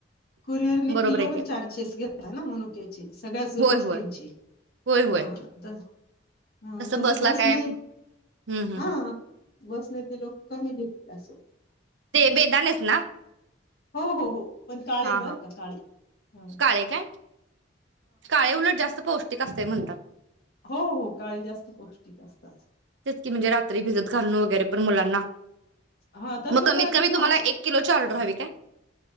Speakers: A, on the left; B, on the right.
A: कुरियरने
B: बरोबर
A: किलोवर
B: आहे की
A: चार्जेस घेताना मनुक्याचे सगळ्याच
B: होय,
A: गोष्टींचे
B: होय. होय, होय.
A: हाँ त हा तसं
B: बसला
A: बसनी
B: काय हं, हं,
A: हा
B: हं.
A: बसनी ते लोक <unintelligible>
B: ते बेदाणेच ना?
A: हो हो हो पण काळे
B: हां,
A: बर
B: हां.
A: का काळे हं.
B: काळे काय? काळे उलट जास्त पौष् ते का असतं म्हणतात.
A: हो हो काळे जास्त पौष्टिक असतात.
B: तिच की म्हणजे रात्री भिजत घालून वगैरे पण मुलांना
A: हा तसं
B: म कमीत
A: पण
B: कमी
A: किंवा
B: तुम्हाला एक किलोची ऑर्डर
A: अ
B: हवी काय?